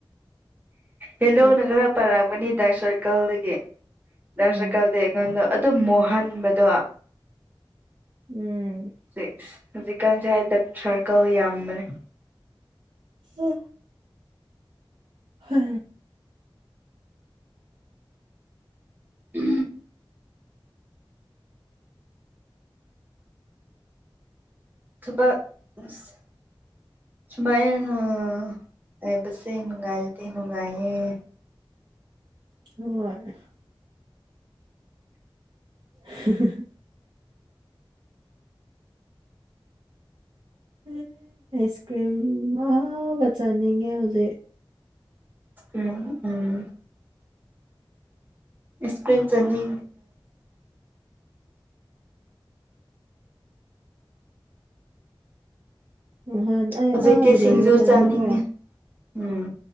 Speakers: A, on the right; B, on the right.
A: ꯍꯜꯂꯣ
B: ꯌꯥꯝ
A: ꯅꯪ ꯈꯔ ꯄꯔꯝꯒꯅꯤ ꯗꯥꯛꯁꯔ ꯀꯜꯗꯒꯤꯀꯜꯗꯤ
B: ꯎꯝ
A: ꯑꯩꯉꯣꯟꯗꯣ ꯑꯗꯨ ꯃꯨꯍꯟꯕꯗꯣ
B: ꯎꯝ
A: ꯁꯤꯁ ꯍꯧꯖꯤꯛꯀꯥꯟꯁꯦ ꯍꯗꯛ ꯁꯥꯔꯀꯧ ꯌꯥꯝꯕꯅꯦ
B: ꯑ ꯍ
A: ꯎ ꯊꯕꯁ ꯁꯨꯃꯥꯏꯅꯁꯦ ꯅꯨꯡꯒꯥꯏꯇ ꯅꯨꯡꯉꯥꯏ
B: ꯍꯣꯏ <inaudible> ꯎꯝ ꯑꯁ ꯀ꯭ꯔꯤꯝ ꯑꯕꯆꯅꯤꯡꯒꯦ ꯍꯧꯖꯤꯦ
A: ꯎ ꯎꯝ ꯏꯁꯄ꯭ꯔꯤꯟ ꯆꯅꯤ
B: ꯅꯍꯥꯟ ꯑꯩ
A: ꯍꯧꯖꯤꯛꯇꯤ
B: ꯑꯥꯗ
A: ꯁꯤꯡꯖꯨ
B: ꯂꯩꯕ ꯀꯥꯟꯗꯀꯣ
A: ꯆꯥꯅꯤꯡꯉꯦ ꯎꯝ